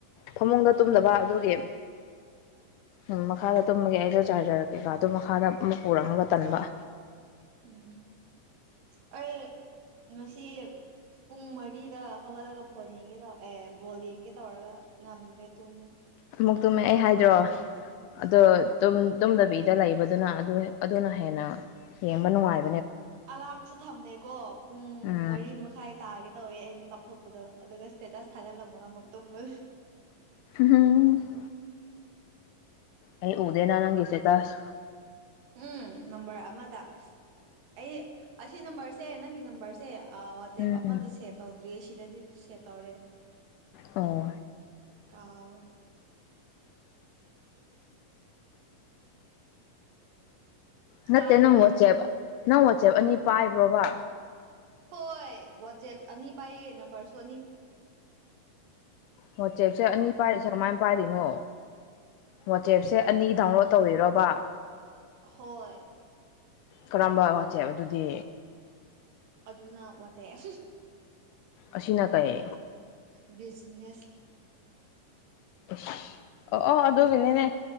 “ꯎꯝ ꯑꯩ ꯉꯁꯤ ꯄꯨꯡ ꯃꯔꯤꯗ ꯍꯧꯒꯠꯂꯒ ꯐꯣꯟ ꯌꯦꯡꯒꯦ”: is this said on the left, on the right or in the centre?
Right